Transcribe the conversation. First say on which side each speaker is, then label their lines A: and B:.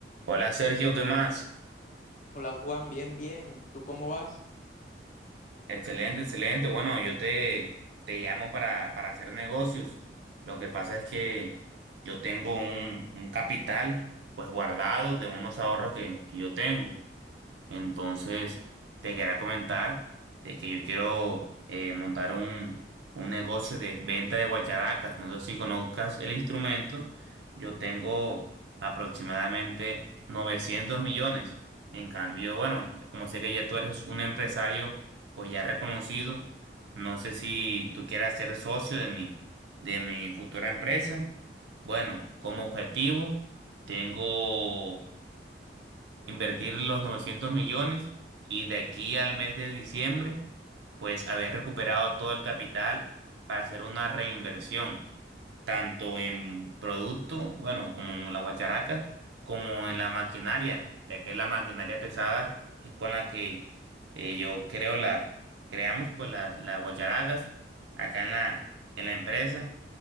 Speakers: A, on the right; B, on the left.
A: Hola Sergio, ¿qué más?
B: Hola Juan, bien, bien. ¿Tú cómo vas?
A: Excelente, excelente. Bueno, yo te, te llamo para, para hacer negocios. Lo que pasa es que yo tengo un, un capital pues guardado de unos ahorros que, que yo tengo. Entonces, te quería comentar de que yo quiero eh, montar un, un negocio de venta de guacharacas. No sé si conozcas el instrumento. Yo tengo aproximadamente 900 millones. En cambio, bueno, como sé que ya tú eres un empresario, pues ya reconocido, no sé si tú quieras ser socio de mi, de mi futura empresa. Bueno, como objetivo, tengo invertir los 900 millones y de aquí al mes de diciembre, pues haber recuperado todo el capital para hacer una reinversión tanto en producto, bueno, como en la guacharaca, como en la maquinaria, ya que la maquinaria pesada es con la que eh, yo creo la, creamos pues la- las guacharacas acá en la, en la empresa.